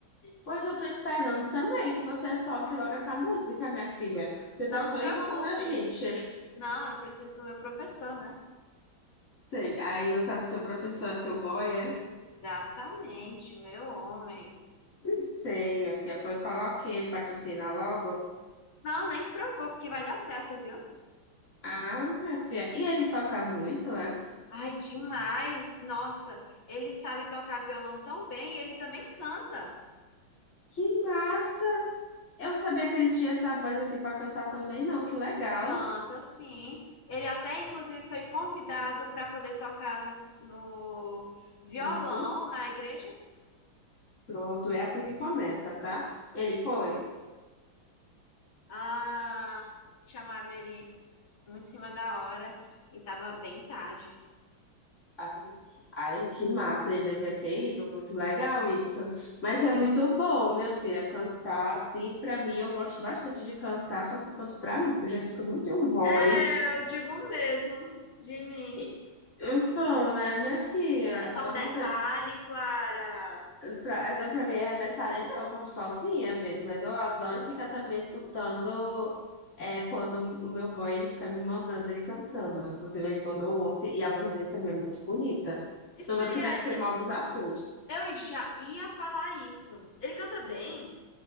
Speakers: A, on the left; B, on the left.
A: Pois eu tô esperando também que você toque logo essa música, minha filha. Você
B: Não
A: tá só
B: se preocupe.
A: enrolando a gente.
B: Não, eu preciso do meu professor, né?
A: Sei, aí no caso, seu professor, é seu boy, é?
B: Exatamente, meu homem.
A: Não sei, minha filha. Pois coloque ele pra te ensinar logo.
B: Não, nem se preocupe que vai dar certo, viu?
A: Ah, minha filha. E ele toca muito, é?
B: Ai, demais! Nossa, ele sabe tocar violão tão bem e ele também canta.
A: Que massa! Eu não sabia que ele tinha essa voz assim pra cantar também, não. Que legal.
B: Canta, sim. Ele até, inclusive, foi convidado para poder tocar no, no violão
A: No cu.
B: na igreja.
A: Pronto, é assim que começa, tá? Ele foi.
B: Ah, chamaram ele muito em cima da hora e tava bem tarde.
A: Ai, ai, que massa, ele devia ter ido, muito legal isso. Mas
B: Sim.
A: é muito bom, minha filha, cantar assim, pra mim, eu gosto bastante de cantar, só que eu canto pra mim, porque eu já disse que eu não tenho voz.
B: É, eu digo mesmo de mim.
A: E- Então, né, minha filha,
B: É só
A: eu
B: um detalhe,
A: não, te-
B: Clara.
A: Pra, né, pra mim é detalhe, não, eu canto sozinha mesmo, mas eu adoro ficar também escutando é, quando o meu boy ele fica me mandando ele cantando. Inclusive, ele mandou ontem e a voz dele também é muito bonita.
B: Isso
A: Tô vendo
B: daí
A: que deve ser mal dos
B: é.
A: Arthurs.
B: Eu já ia falar isso. Ele canta bem?